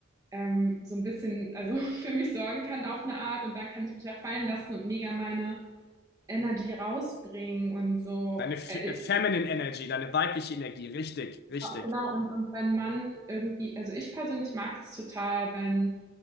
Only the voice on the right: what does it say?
ähm, so ein bisschen, also <laughs> für mich sorgen kann auf eine Art und dann kann ich mich ja fallen lassen und mega meine Energy rausbringen und so.
Äh,
genau, und, und wenn man irgendwie, also ich persönlich mag es total, wenn